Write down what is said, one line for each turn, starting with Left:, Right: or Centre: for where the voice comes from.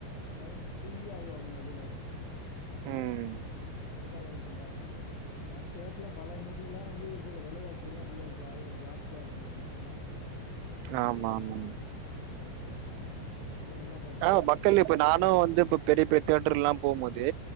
Left: மைண்ட் ஃரீயாயிரு அப்டின் வெளியில வரும்போது
Right: ம்
Left: அதுதா லை பண்றாங்க என்னா தேட்டில பழைய மணிலா வந்து இதில விலைவாசியெல்லா உள்ள ஜாஸ்தியா இருக்கு அது மட்டுந்தா
Right: <unintelligible>
Left: வேற ஒண்ணு
Right: ஆமா
Left: ஆமா கொஞ்சோ வெலையெல்லா பா
Right: ஆ மக்கள் இப்ப நானு வந்து இப்ப பெரிய பெரிய தேட்டர் எல்லா போம் போது